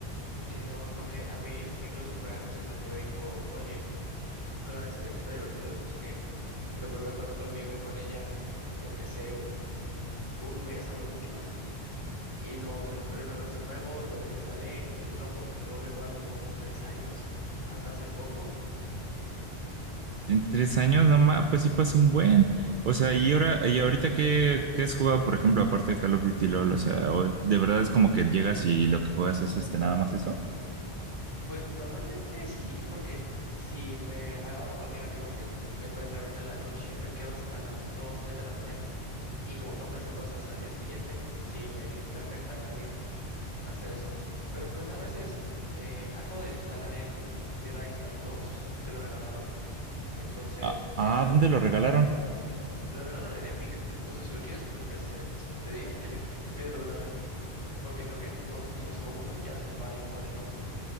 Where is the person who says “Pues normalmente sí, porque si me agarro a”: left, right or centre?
Left